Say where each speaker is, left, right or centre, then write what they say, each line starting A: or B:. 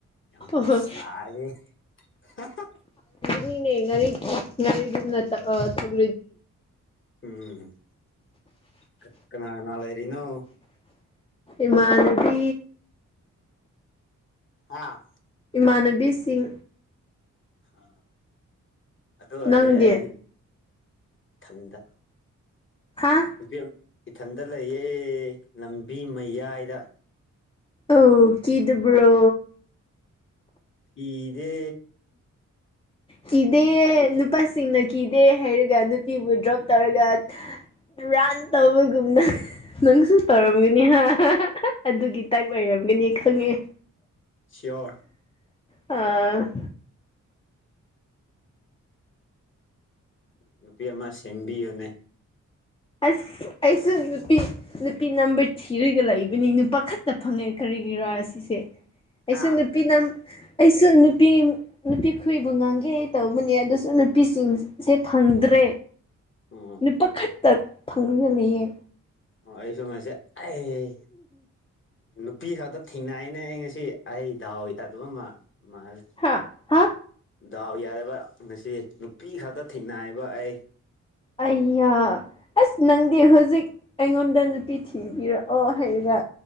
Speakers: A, on the left; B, on the left.
A: ꯌꯥꯝ
B: ꯍꯣꯏ
A: ꯁꯥꯏꯌꯦ ꯍꯥ ꯍꯥ
B: ꯅꯤꯅꯦ ꯉꯥꯔꯤ ꯉꯥꯔꯤꯒꯨꯝꯅ ꯇꯛꯑꫭ ꯊꯧ
A: ꯎꯝ ꯀ ꯀꯅꯥ ꯀꯅꯥ ꯂꯩꯔꯤꯅꯣ
B: ꯏꯃꯥꯟꯗꯤ
A: ꯍꯥꯥ
B: ꯃꯅꯕꯤꯁꯤꯡ
A: ꯑ ꯑꯗꯨ
B: ꯅꯪꯗꯤ
A: ꯑꯣꯏꯔꯦ ꯑꯩꯁꯨ ꯊꯟꯗ
B: ꯍꯥ
A: ꯀꯄꯌꯥ ꯏꯊꯟꯗ ꯂꯩꯌꯦ ꯂꯝꯕꯤ ꯃꯌꯥꯏꯗ
B: ꯑ ꯀꯤꯗꯨꯕ꯭ꯔꯣ
A: ꯀꯤꯗꯦ
B: ꯀꯤꯗꯦ ꯅꯨꯄꯥꯁꯤꯡꯅ ꯀꯤꯗꯦ ꯍꯥꯏꯔꯒ ꯅꯨꯄꯤꯕꯨ ꯗ꯭ꯔꯣꯞ ꯇꯧꯔꯒ ꯔꯥꯟ ꯇꯧꯕꯒꯨꯝꯅ ꯅꯪꯁꯨ ꯇꯧꯔꯝꯒꯅꯤ ꯍꯥ ꯑꯗꯨꯒꯤ ꯇꯥꯏꯞ ꯑꯣꯏꯔꯝꯒꯅꯤ ꯈꯪꯉꯦ
A: ꯁꯤꯌꯣꯔ
B: ꯑ
A: ꯅꯨꯄꯤ ꯑꯃ ꯁꯦꯝꯕꯤ ꯑꯣꯅꯦ
B: ꯑꯁ ꯑꯩꯁꯨ ꯅꯨꯄꯤ ꯅꯨꯄꯤ ꯅꯝꯕꯔ ꯊꯤꯔꯒ ꯂꯩꯕꯅꯤ ꯅꯨ ꯄꯥꯈꯠꯇ ꯐꯪꯉꯦ ꯀꯔꯤꯒꯤꯔꯥ ꯁꯤꯁꯦ ꯑꯩꯁꯨ
A: ꯍꯥ
B: ꯅꯨꯄꯤꯅ ꯑꯩꯁꯨ ꯅꯨꯄꯤ ꯅꯨꯄꯤ ꯈꯨꯕꯨ ꯉꯥꯡꯒꯦ ꯇꯧꯕꯅꯦ ꯑꯗꯨꯁꯨ ꯅꯨꯄꯤꯁꯤꯡꯁꯦ ꯐꯪꯗ꯭ꯔꯦ
A: ꯎꯝ
B: ꯅꯨꯄꯥ ꯈꯛꯇ ꯐꯪꯗꯨꯅ ꯂꯩꯌꯦ
A: ꯑꯣ ꯑꯩꯁꯨ ꯉꯁꯤ ꯑꯩ ꯅꯨꯄꯤ ꯈꯛꯇ ꯊꯦꯡꯅꯏꯅꯦ ꯑꯩ ꯉꯁꯤ ꯑꯩ ꯗꯥꯎ ꯌꯥꯗꯕ ꯃꯥꯜꯂꯦ
B: ꯍꯥ ꯍꯥ
A: ꯗꯥꯎ ꯌꯥꯔꯕ ꯉꯁꯤ ꯅꯨꯄꯤ ꯈꯛꯇ ꯊꯦꯡꯅꯥꯏꯕ ꯑꯩ
B: ꯑꯩꯌꯥ ꯑꯁ ꯅꯪꯗꯤ ꯍꯧꯖꯤꯛ ꯑꯩꯉꯣꯟꯗ ꯅꯨꯄꯤ ꯊꯤꯕꯤꯔꯛꯑꯣ ꯍꯥꯏꯔꯒ